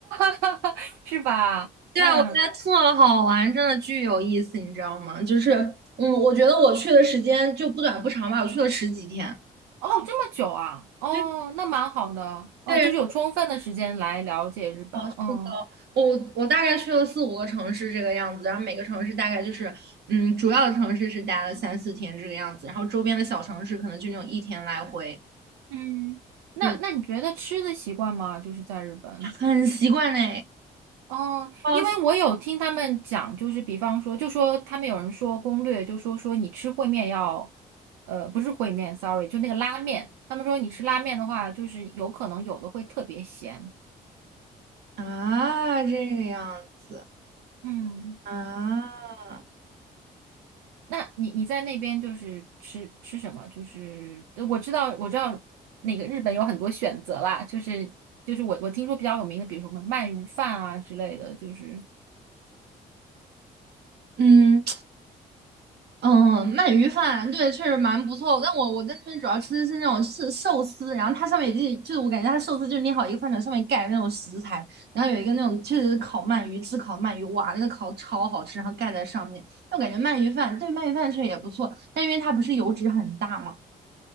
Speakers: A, on the right; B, on the right.
A: <laughs> 是吧？
B: 对，
A: 嗯。
B: 我觉得特好玩，真的巨有意思，你知道吗？就是，嗯，我觉得我去的时间就不短不长吧，我去了十几天。
A: 哦，这么久啊？哦，
B: 对
A: 那蛮好的，哦，
B: 对，
A: 就是有充分的时间来了解日本。
B: 哦，是的，
A: 嗯
B: 我我大概去了四五个城市这个样子，然后每个城市大概就是，嗯，主要的城市是待了三四天这个样子，然后周边的小城市可能就那种一天来回，
A: 嗯，那那你觉得吃的习惯吗？
B: 对，
A: 就是在日本。
B: 很习惯呢。
A: 哦，
B: 哦，
A: 因为我有听他们讲，就是比方说，就说他们有人说攻略，就说说你吃烩面要，呃，不是烩面，sorry，就那个拉面。他们说你吃拉面的话，就是有可能有的会特别咸。
B: 啊，这个样子
A: 嗯。
B: 啊，
A: 那你你在那边就是吃吃什么？就是呃我知道我知道那个日本有很多选择啦，就是就是我我听说比较有名的，比如说什么鳗鱼饭啊之类的，就是
B: 嗯。嗯，鳗鱼饭对，确实蛮不错。但我我在那边主要吃的是那种是寿司，然后它上面也就就是我感觉它寿司就是捏好一个饭团上面盖那种食材，然后有一个那种确实是烤鳗鱼，炙烤鳗鱼，哇，那个烤超好吃，然后盖在上面。但我感觉鳗鱼饭对鳗鱼饭确实也不错，但因为它不是油脂很大嘛，